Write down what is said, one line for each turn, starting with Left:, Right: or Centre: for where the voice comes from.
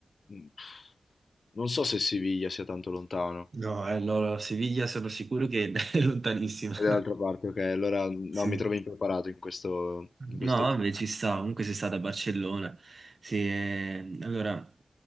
Left: mh, non so se Siviglia sia tanto lontano.
Right: No, eh, no, no, Siviglia sono sicuro che <laughs> è lontanissima.
Left: È dall'altra
Right: <laughs>
Left: parte, ok. Allora no,
Right: Sì.
Left: mi trovo impreparato in questo, in
Right: No,
Left: questo...
Right: vabbè, ci sta, comunque sei stata a Barcellona. Sì, eh, allora,